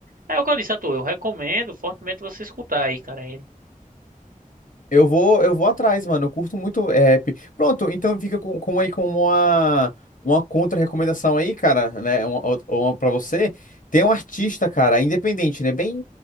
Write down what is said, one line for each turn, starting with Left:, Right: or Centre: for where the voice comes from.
Right: É o que eu disse a tu, eu recomendo fortemente você escutar aí, cara. Ele.
Left: Eu vou, eu vou atrás, mano. Eu curto muito rap. Pronto, então fica com, com aí como uma, uma contra-recomendação aí, cara, né? Uma, ou- ou uma pra você. Tem um artista, cara, independente, né? Bem,